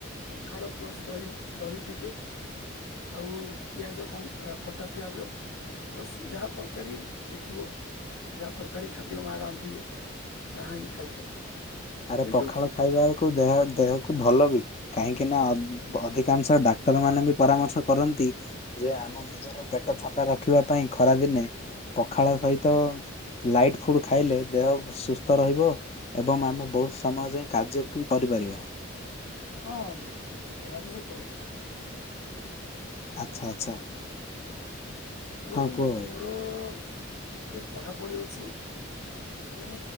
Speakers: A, on the left (about 80°); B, on the left (about 30°).
A: ପଖାଳ ପ୍ଲସ ଦହି ଦହି ଟିକେ ଆଉ ପିଆଜ କଣ କଟା ପିଆଜ ପ୍ଲସ୍ ଯାହା ତରକାରୀ ହେଇଥିବ। ଯାହା ତରକାରୀ ଖାଦ୍ୟ ମା ରାନ୍ଧି ଥିବେ। ତାହା ହିଁ ଖାଇଥାଏ।
B: ଆରେ
A: କିନ୍ତୁ
B: ପଖାଳ ଖାଇବାକୁ ଦେହ ଦେହକୁ ଭଲ କାହିଁକି ନା ଅଧିକାଂଶ ଡାକ୍ତର ମାନଙ୍କ ପରାମର୍ଶ କରନ୍ତି ଯେ ଆମ ନିଜର ପେଟ ଥଣ୍ଡା ରଖିବା ପାଇଁ ଖରା ଦିନେ ପଖାଳ ସହିତ ଲାଇଟ୍ ଫୁଡ୍ ଖାଇଲେ ଦେହ ସୁ ତ ରହିବ ଏବଂ ଆମେ ବହୁତ ସମୟ ଯାଇ କାର୍ଯ୍ୟ କରିପାରିବା।
A: ହଁ ଏହା ବି ସତ କଥା।
B: ଆଚ୍ଛା ଆଚ୍ଛା
A: ହଉ
B: ହଁ କୁହ ଭାଇ
A: ମୋର ଟିକେ ପଢାପଢି ଅଛି ତେଣୁ